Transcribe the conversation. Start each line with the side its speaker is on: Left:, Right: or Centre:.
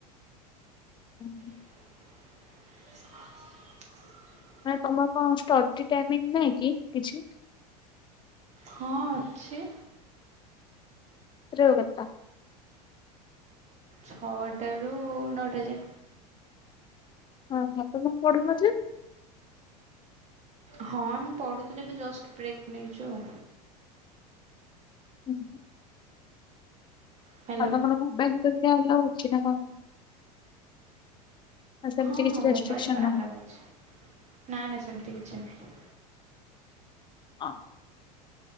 Left: ଉଁ ହୁଁଁ।
Right: <inaudible>
Left: ଆଏଁ ତମର କଁ ଷ୍ଟଡି ଟାଇମିଂ ନାହିଁ କି କିଛି?
Right: ହଁ ଅଛି।
Left: ରୁ ଗେତା
Right: ଛଅଟା ରୁ ନଅଟା ଯାଏ।
Left: ଅଁ ହଁ ତମର ମୁଁ ପଢୁନ ଯେ?
Right: ହଁ ଆମେ ପଢ଼ୁଥୁଲୁ ଏବେ ଜଷ୍ଟ ବ୍ରେକ୍ ନେଇଚୁ ଆଉ।
Left: <inaudible>
Right: ହ୍ୟାଲୋ
Left: ଆଉ ମାନ ମୋବାଇଲ ଗି ଆଲା ଅଛିିନା କଣ? ନା ସେମିତି
Right: ହଁ
Left: କିଛି
Right: ହଁ
Left: ରେଷ୍ଟ୍ରିକସନ
Right: ମୋବାଇଲ ବି
Left: ନାହିଁ?
Right: ଆଲାଉ ଅଛି ନା ନା ସେମିତି କିଛି ନାହିଁ।
Left: ହଁ।